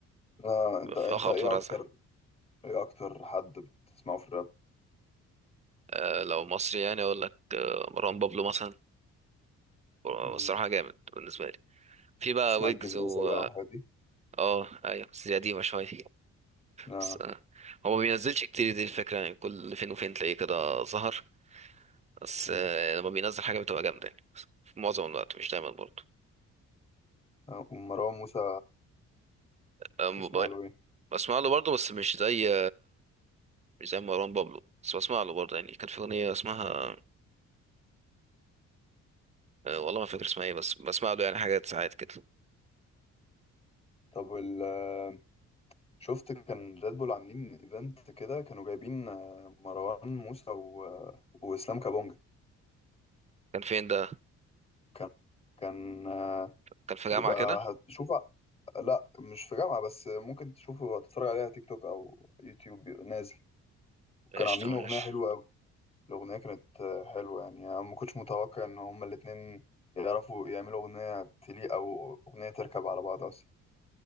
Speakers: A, on the left; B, on the right.
A: آه، انت
B: بيبقى فيها
A: انت
B: خبط
A: ايه
B: ورزع
A: اكتر ايه اكتر حد بتسمعه في الراب
B: آه لو مصري يعني اقول لك آه مروان بابلو مثلا آه،
A: مم.
B: الصراحه جامد بالنسبه لي في بقى
A: تسمع
B: ويجز
A: الجميزة
B: و
A: بقى والحاجات دي
B: اه ايوه بس دي قديمه شويه
A: اه
B: بس آه هو ما بينزلش كتير دي الفكره يعني كل فين وفين تلاقيه كده ظهر بس
A: مم.
B: آه لما بينزل حاجه بتبقى جامده يعني في معظم الوقت مش دايما برضه
A: آه، ومروان موسى
B: آم،
A: تسمع
B: ب-
A: له ايه
B: بسمع له برضه بس مش زي مش زي مروان بابلو بس بسمع له برضه يعني كان في اغنيه اسمها آه، والله ما فاكر اسمها ايه بس بسمع له يعني حاجات ساعات كده
A: طب وال آه، شفت كان ريد بول عاملين ايفنت كده كانوا جايبين آه، مروان موسى و... آه، واسلام كابونجا
B: كان فين ده
A: كان كان آه،
B: كان في جامعة
A: يبقى
B: كده
A: هتشوف لا مش في جامعة بس ممكن تشوفه تتفرج عليها تيك توك أو يوتيوب بيبقى نازل وكانوا
B: قشطة
A: عاملين
B: ماشي
A: أغنية حلوة أوي الأغنية كانت آه، حلوة يعني أنا ما كنتش متوقع إن هما الاتنين يعرفوا يعملوا أغنية تليق أو أغنية تركب على بعض أصلا